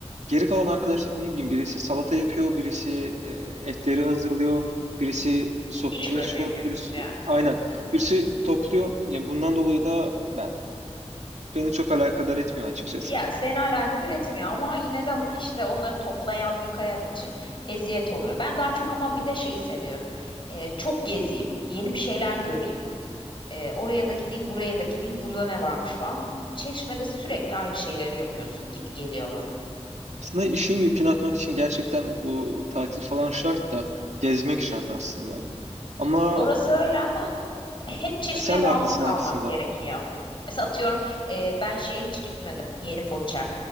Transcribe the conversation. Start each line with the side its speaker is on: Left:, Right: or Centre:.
Right: Geri kalan arkadaşlar ne bileyim birisi salata yapıyor, birisi e, etleri hazırlıyor, birisi sofrayı
Left: İş bölümü
Right: açıyor,
Left: yapıyorsunuz
Right: birisi
Left: yani.
Right: aynen birisi topluyor. Ya bundan dolayı da ben beni çok alakadar etmiyor açıkçası.
Left: Ya seni alakadar etmiyor ama yine de işte onları toplayan, yıkayan için eziyet oluyor. Ben daha çok ama bir de şeyi seviyorum. E, çok gezeyim, yeni bir şeyler göreyim. Ee, oraya da gideyim, buraya da gideyim, burada ne varmış falan. Çeşme'de sürekli aynı şeyleri yapıyorsun gibi geliyor bana.
Right: Aslında işin yükünü atmak için gerçekten bu tatil falan şart da gezmek şart aslında. Ama
Left: Orası öyle ama hep Çeşme'ye
Right: sen
Left: bağlı
Right: de haklısın
Left: mı kalmak
Right: aslında.
Left: gerekiyor? Mesela atıyorum e, ben şeye hiç gitmedim. Yeni Foça.